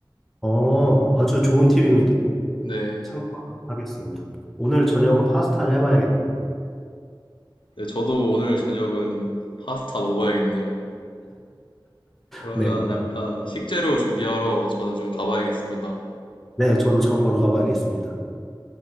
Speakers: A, in the centre; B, on the left.
A: 어, 아주 좋은 팁입니다.
B: 네.
A: 참고하도록 하겠습니다. 오늘 저녁은 파스타를 해봐야겠네요.
B: 네, 저도 오늘 저녁은 파스타 먹어야겠네요. 그러면
A: 네,
B: 약간 식재료 준비하러 저는 좀 가봐야겠습니다.
A: 네, 저도 장보러 가봐야겠습니다.